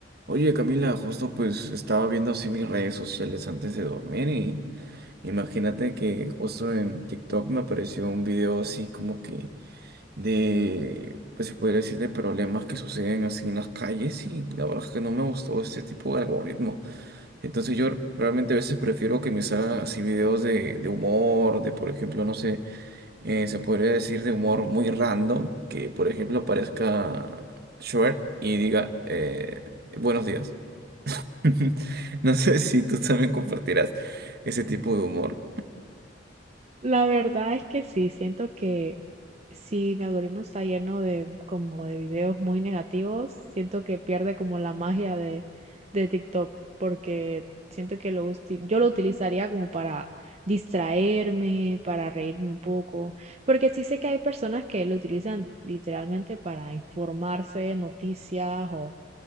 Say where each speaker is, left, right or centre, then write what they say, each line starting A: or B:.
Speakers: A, on the right (about 60°); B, on the right (about 35°).
A: Oye, Camila, justo pues estaba viendo así mis redes sociales antes de dormir y imagínate que justo en TikTok me apareció un video así como que de, pues se podría decir de problemas que suceden así en las calles y la verdad es que no me gustó este tipo de algoritmo. Entonces yo realmente a veces prefiero que me salgan así videos de, de humor, de por ejemplo, no sé, eh, se podría decir de humor muy random, que por ejemplo aparezca Shrek y diga, eh, buenos días. <laughs> No sé si tú también compartirás ese tipo de humor.
B: La verdad es que sí, siento que si mi algoritmo está lleno de como de videos muy negativos, siento que pierde como la magia de, de TikTok, porque siento que lo usi- yo lo utilizaría como para distraerme, para reírme un poco, porque sí sé que hay personas que lo utilizan literalmente para informarse, noticias o